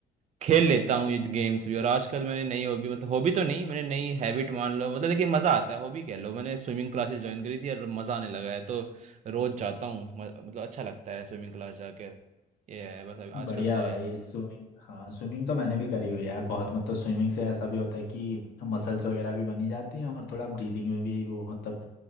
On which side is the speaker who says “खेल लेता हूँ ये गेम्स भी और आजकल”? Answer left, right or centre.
Right